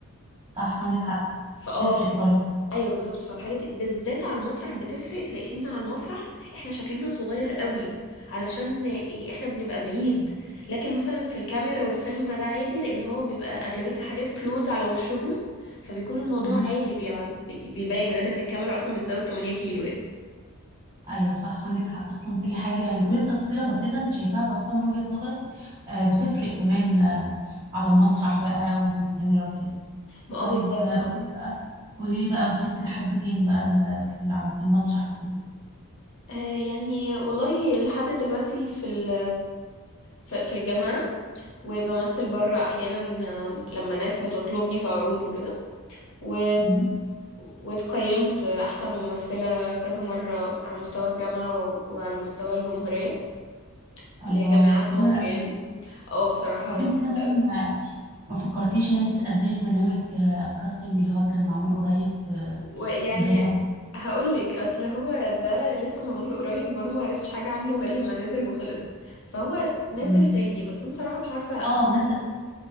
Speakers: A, on the right; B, on the left.
A: صح عندك حق
B: فاه
A: تفرق
B: فالح...
A: برضه
B: ايوه بالظبط فالحاجات دي بالذات على المسرح بتفرق لان على المسرح احنا شكلنا صغير قوي علشان إيه احنا بنبقى بعيد لكن مثلا في الكاميرا والسينما ده عادي لان هو بيبقى اغلبية الحاجات كلوز على وشهم فبيكون الموضوع
A: مم.
B: عادي بيع... بي- بيبين غير ان الكاميرا اصلا بتزود 8 كيلو يعني
A: ايوه صح عندك حق اصلا كل حاجه يعني كل تفصيله بسيطه انت شايفاها بسيطه من وجهه نظرك آه بتفرق كمان آه على المسرح بقى وفي الكاميرا وكده
B: ما اه
A: طيب
B: بالظبط
A: آه، قولي بقى قولي بقى وصلت لحد فين بقى ال- في عم- في المسرح وكده
B: آه يعني والله لحد دلوقتي في ال في في الجامعة وبمثل بره احيانا آم، لما ناس بتطلبني في عروض وكده و...
A: مم.
B: واتقيمت أحسن ممثلة كذا مرة على مستوى الجامعة و... وعلى مستوى الجمهورية
A: الله
B: لجامعات
A: حلو
B: مصر
A: قوي
B: يعني أو بصراحة
A: طب
B: انبسطت
A: انت مثلا
B: أوي
A: آه، ما فكرتيش ان انت تقدمي في برنامج آه، الكاستنج اللي هو كان معمول قريب آه،
B: ويعني
A: اللي هو
B: هقول لك اصل هو ده لسه معمول قريب وانا ما عرفتش حاجه عنه غير لما نزل وخلص فهو نزل
A: مم.
B: تاني بس انا صراحه مش عارفه
A: اه نزل